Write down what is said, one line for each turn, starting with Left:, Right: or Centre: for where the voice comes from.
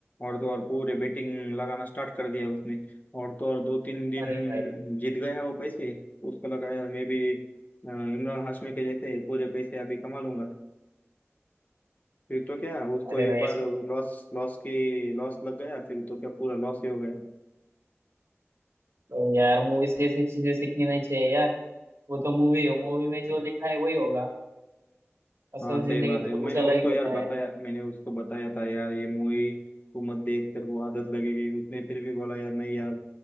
Left: और तो और पूरे बेटिंग लगाना स्टार्ट कर दिया उसने और तो और दो तीन दिन
Right: अरे भाई
Left: जीत गया वो पैसे उसको लगा यार मैं भी अ, इमरान हाशमी के जैसे पूरे पैसे अभी कमा लूंगा फिर तो क्या उसको
Right: अरे
Left: एक
Right: भाई
Left: बार
Right: ऐसे
Left: लॉस लॉस की लॉस लग गया फिर तो क्या पूरा लॉस ही हो गया
Right: तो यार मूवी से ऐसी चीजें सीखनी नहीं चाहिए यार वो तो मूवी है मूवी में जो लिखा है वही होगा असल
Left: हाँ सही
Right: जिंदगी
Left: बात
Right: में
Left: है
Right: तो
Left: मैंने
Right: कुछ अलग
Left: उसको
Right: ही होता
Left: यार बताया
Right: है
Left: मैंने उसको बताया था यार ये मूवी तू मत देख तेरे को आदत लगेगी उसने फिर भी बोला यार नहीं यार